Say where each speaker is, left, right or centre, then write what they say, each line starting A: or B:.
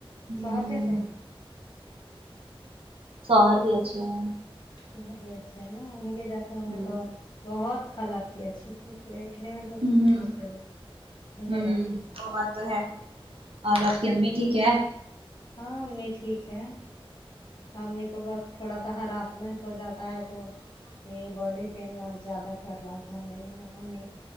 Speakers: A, on the right; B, on the left.
A: ہ
B: شوہر کیسے ہیں
A: سوہر بھی اچھے ہیں
B: شوہر بھی ا چھے ہے نا انہیں کے جیسے ہوں
A: ہ
B: گے تو بہت خالا آپکی اچھی تھی دیکھنے میں تو
A: ہ ہ
B: ماشاءاللہ سندر
A: ہوں
B: لگتی تھی
A: وہ بات تو ہے اور
B: ہاں
A: آپ کی امی ٹھیک ہے
B: ہاں امی ٹھیک ہے امی کو بس تھوڑا سا ہراسمنٹ ہو جاتا ہے تو یہ باڈی پین زیادہ کر رہا تھا میری ممی